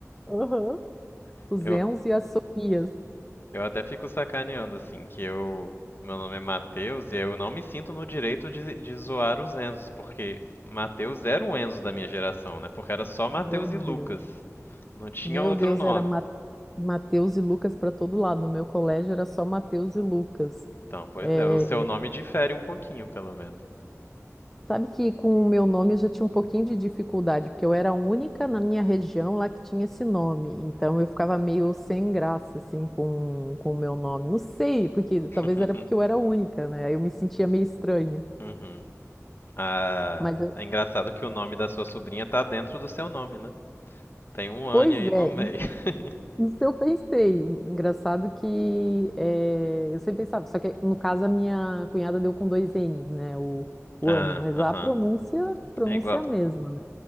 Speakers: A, in the centre; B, on the left (about 45°).
A: Aham. Os
B: Eu,
A: Enzo e as Sofias.
B: eu até fico sacaneando, assim, que eu. Meu nome é Matheus e eu não me sinto no direito de, de zoar os Enzos, porque Matheus era o Enzo da minha geração, né? Porque era só Matheus
A: Meu Deus.
B: e Lucas. Não tinha
A: Meu
B: outro
A: Deus,
B: nome.
A: era Ma- Mateus e Lucas para todo lado. No meu colégio era só Mateus e Lucas.
B: Então, pois
A: É,
B: é, o seu nome difere um pouquinho, pelo menos.
A: Sabe que com o meu nome eu já tinha um pouquinho de dificuldade, porque eu era a única na minha região lá que tinha esse nome. Então eu ficava meio sem graça, assim, com, com o meu nome. Não sei, porque talvez
B: <laughs>
A: era porque eu era a única, né? Aí Eu me sentia meio estranha.
B: Uhum. Ah,
A: Mas eu-
B: é engraçado que o nome da sua sobrinha tá dentro do seu nome, né? Tem um Anne
A: pois
B: aí
A: é,
B: no meio. <laughs>
A: isso eu pensei. Engraçado que eh, eu sempre pensava, só que no caso a minha cunhada deu com dois N's, né? O, o
B: Ah,
A: Anne, mas
B: aham.
A: lá a pronúncia, pronúncia
B: É igual.
A: é a mesma,